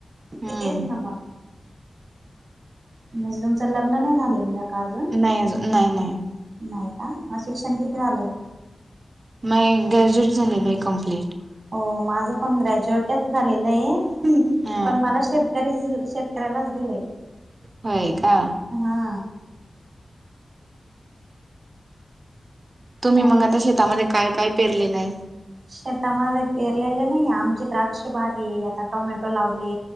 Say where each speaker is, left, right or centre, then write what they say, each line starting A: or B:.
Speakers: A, on the right (about 60°); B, on the right (about 40°).
A: तेच
B: हम्म
A: ना मग म्हणजे तुमचं लग्न नाही झालेलं ना... का आजून?
B: नाई अजून... नाई नाई.
A: नाही का? मग शिक्षण किती झालंय?
B: मयी ग्रॅज्युएट झालेलं ए कम्प्लीट.
A: हो, माझं पण ग्रॅज्युएटच झालेलं ए...
B: हा
A: पण मला शे करीच... शेतकऱ्यालाच दिलंय.
B: होय का?
A: हा.
B: तुम्ही
A: त्यामुळे
B: मग आता शेतामध्ये काय काय पेरलेलं ए?
A: शेतामध्ये पेरलेले नाई ए... आमची द्राक्ष बाग ए... आता टोमॅटो लावले